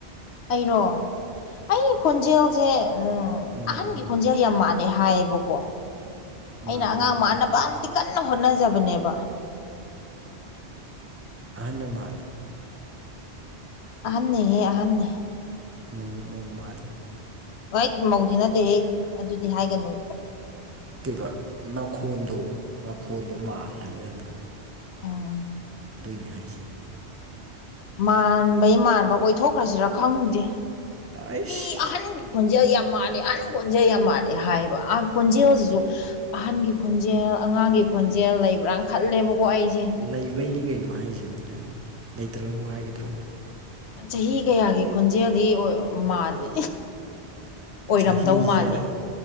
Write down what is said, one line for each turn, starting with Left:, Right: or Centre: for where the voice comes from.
Left: ꯑꯩꯔꯣ ꯑꯩꯒꯤ ꯈꯣꯟꯖꯦꯜꯁꯦ ꯎꯝ
Right: ꯎꯝ
Left: ꯑꯍꯟꯒꯤ ꯈꯣꯟꯖꯦꯜ ꯌꯥꯝ ꯃꯥꯥꯟꯂꯦ ꯍꯥꯏꯌꯦꯕꯀꯣ
Right: ꯃꯥꯜꯂꯦ
Left: ꯑꯩꯅ ꯑꯉꯥꯡ
Right: ꯑꯗꯨꯅꯦ
Left: ꯃꯥꯟꯅꯕꯅꯗꯤ ꯀꯟꯅ ꯍꯣꯠꯅꯖꯕꯅꯦꯕ
Right: ꯑꯍꯟꯗ ꯃꯥꯜꯂꯦ
Left: ꯑꯍꯟꯅꯤꯍꯦ ꯑꯍꯟꯅꯤꯍꯦ
Right: ꯃꯧ ꯃꯧ ꯃꯥꯜꯂꯦ
Left: ꯍꯦ ꯃꯧꯗꯤ ꯅꯠꯇꯦꯍꯦ ꯑꯗꯨꯗꯤ ꯍꯥꯏꯒꯅꯨ
Right: ꯅꯠꯇꯦꯕ ꯃꯈꯣꯟꯗꯨ ꯃꯈꯣꯟꯗꯨ ꯃꯥꯜꯂꯦ ꯍꯥꯏꯕ ꯌꯥꯝꯅ
Left: ꯑꯝ
Right: ꯑꯗꯨꯏꯅꯦ ꯍꯥꯏꯁꯦ
Left: ꯃꯥꯟꯕꯩ ꯃꯥꯟꯕ ꯑꯣꯏꯊꯣꯛꯈ꯭ꯔꯁꯤꯔꯥ ꯈꯪꯗꯦ
Right: ꯑꯩꯁ
Left: ꯃꯤ ꯑꯍꯟ ꯈꯣꯟꯖꯦꯜ ꯌꯥꯝ ꯃꯥꯂꯦ ꯑꯍꯥꯟ ꯈꯣꯟꯖꯦꯜ ꯌꯥꯝ ꯃꯥꯜꯂꯦ ꯍꯥꯏꯌꯦꯕ ꯑꯥ ꯈꯣꯟꯖꯦꯜꯁꯤꯁꯨ ꯑꯍꯟꯒꯤ ꯈꯣꯟꯖꯦꯜ ꯑꯉꯥꯡꯒꯤ ꯈꯣꯟꯖꯦꯜ ꯂꯩꯕ꯭ꯔꯥ ꯈꯜꯂꯦꯕꯀꯣ ꯑꯩꯁꯦ
Right: ꯂꯩꯕꯩꯅꯤ ꯀꯩꯅꯣ ꯍꯥꯏꯁꯦ ꯃꯤꯅ ꯂꯩꯇ꯭ꯔꯒꯕꯨ ꯍꯥꯏꯒꯗ꯭ꯔꯣ
Left: ꯆꯍꯤ ꯀꯌꯥꯒꯤ ꯈꯣꯟꯖꯦꯜꯗꯤ ꯃꯥꯜꯂꯤ ꯑꯣꯏꯔꯝꯗꯧ
Right: ꯆꯍꯤꯁꯦ
Left: ꯃꯥꯜꯂꯤ